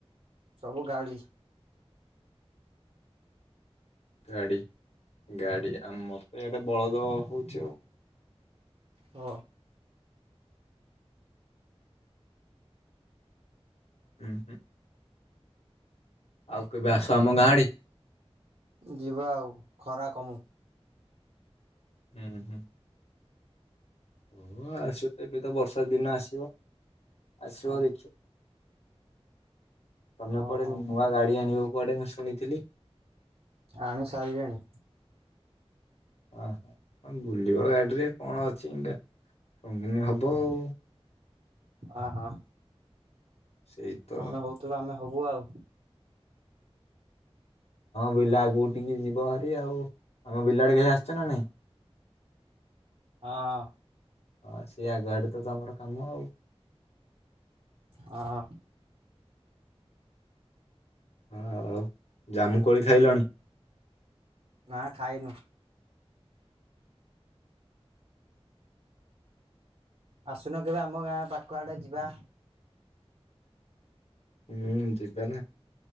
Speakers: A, on the right; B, on the left.
A: ସବୁ ଗାଡି।
B: ଗାଡି, ଗାଡି ଆମର ତ ଏଇଟେ ବଳଦ ହଉଛି ଆଉ।
A: ହ।
B: ହୁଁ ହୁଁ। ଆଉ କେବେ ଆସ ଆମ ଗାଁ ଆଡେ।
A: ଯିବା ଆଉ, ଖରା କମୁ।
B: ହୁଁ ହୁଁ। ଓ ଆସିବ ତ ଏବେ ତ ବର୍ଷା ଦିନ ଆସିବ। ଆସିବ
A: ହଁ
B: ଦେଖିବ ତମେ
A: ଓହୋ
B: କୁଆଡେ ନୂଆ ଗାଡ଼ି ଆଣିିବ କୁଆଡେ ମୁଁ ଶୁଣିଥିଲି।
A: ଆଣି ସାରିଲିଣି।
B: ହଁ ହଁ <unintelligible> ଥିବ ଗାଡିରେ କଣ ଅଛି ଇଟା। ପନ୍ଦର ଦିନ ହବ
A: ହଁ
B: ଆଉ।
A: ଅ ହୋ।
B: ସେଇ ତ
A: ତମେ ହଉଥିଲ ଆମେ ହବୁ ଆଉ
B: ବିଲ ଆଗକୁ ଟିକେ ଯିବ ଭାରି ଆଉ ଆମ ବିଲା ଆଡ଼େ କେବେ ଆସିଛ ନା ନାଇଁ?
A: ହଁ।
B: ହଁ ସେ ଆଗ ଆଡ଼େ ତ ତମର କାମ ଆଉ-
A: ହଁ।
B: ହଁ ଆଉ ଜାମୁକୋଳି ଖାଇଲଣି?
A: ନାଁ ଖାଇନୁ। ଆସୁନ କେବେ ଆମ ଗାଁ ପାଖ ଆଡ଼େ ଯିବା।
B: ହୁଁ ଯିବା ନା।